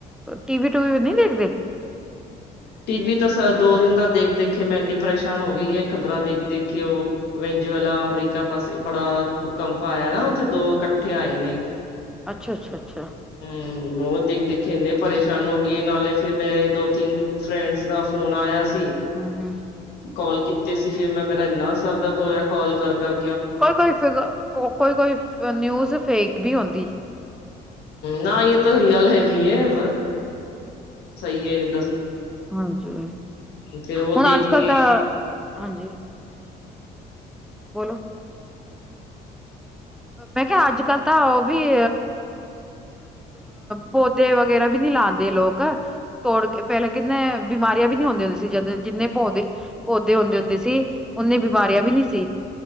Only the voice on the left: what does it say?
ਟੀਵੀ ਤਾ, ਸ ਦੋ-ਦਿਨ ਤਾਂ ਦੇਖ-ਦੇਖਕੇ ''ਮੈਂ ਏਨੀ ਪਰੇਸ਼ਾਨ ਹੋ ਗਈ ਏ, ਖਬਰਾਂ ਦੇਖ-ਦੇਖਕੇ ਓ--ਵੇਂ ਜਵੇਲਾ ਅਮਰੀਕਾ ਪਾਸੇ ਬੜਾ ਭੁਕੰਪ ਆਇਆ ਨਾ,
ਉਥੇ ਦੋ ਇਕੱਠੇ ਆਏ ਨੇ।
ਉਹ ਦੇਖ ਦੇਖਕੇ ਇਨੇ ਪਰੇਸ਼ਾਨ ਹੋ ਗਈ, ਨਾਲੇ ਫਿਰ ਮੇਰੇ ਦੋ-ਤਿੰਨ ਫਰੈਂਡਸ ਦਾ ਫੋਨ ਆਇਆ ਸ
ਕੌਲ ਕੀਤੇ ਸੀ, ਫਿਰ ''ਮੈਂ ਮੇਰਾ ਨਾ ਸਰਦਰਦ ਹੋਇਆ ਕੌਲ ਕਰ ਕਰ
ਨਾ ਇਹ ਤਾਂ ਰਿਅਲ ਹੈਗੀ
ਹ ਸਹੀ ਹ
ਫਿਰ ਉਹ ਦੇਖ
ਕੇ